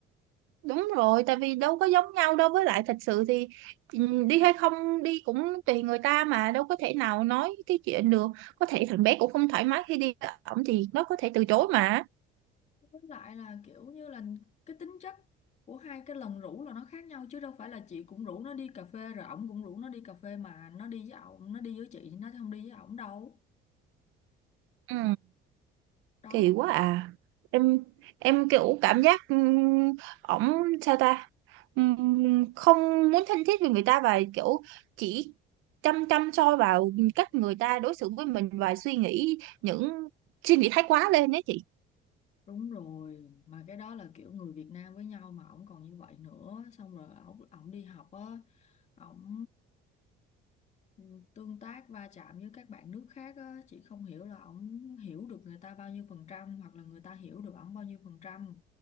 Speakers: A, on the right; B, on the left.
A: Đúng rồi, tại vì đâu có giống nhau đâu với lại thật sự thì ừ, đi hay không đi cũng tùy người ta mà đâu có thể nào nói cái chuyện được. Có thể thằng bé cũng không thoải mái khi đi với ổng thì nó có thể từ chối mà.
B: với lại là kiểu như là cái tính chất của hai cái lần rủ là nó khác nhau chứ đâu phải là chị cũng rủ nó đi cà phê rồi ổng cũng rủ nó đi cà phê mà nó đi với ổng nó đi với chị nó không đi với ổng đâu
A: Ừ,
B: đó
A: kỳ quá à. Em em kiểu cảm giác ừ, ổng sao ta? Ừ, không muốn thân thiết với người ta và kiểu chỉ chăm chăm soi vào cách người ta đối xử với mình và suy nghĩ những suy nghĩ thái quá lên đấy chị.
B: Đúng rồi, mà cái đó là kiểu người Việt Nam với nhau mà ổng còn như vậy nữa, xong rồi ổng ổng đi học á, ổng ờ, tương tác va chạm với các bạn nước khác á, chị không hiểu là ổng hiểu được người ta bao nhiêu phần trăm hoặc là người ta hiểu được ổng bao nhiêu phần trăm.